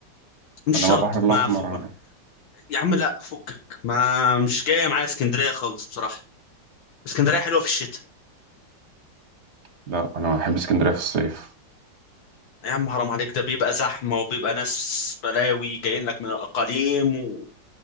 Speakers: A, on the left; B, on the right.
A: مش
B: انما
A: شرط
B: البحر الاحمر
A: ما فوق... يا عم لا فكك ما مش جايه معايا اسكندريه خالص بصراحه اسكندريه حلوه في الشتاء
B: لا انا بحب اسكندرية في الصيف
A: يا عم حرام عليك ده بيبقى زحمة وبيبقى ناس بلاوي جايين لك من الأقاليم و...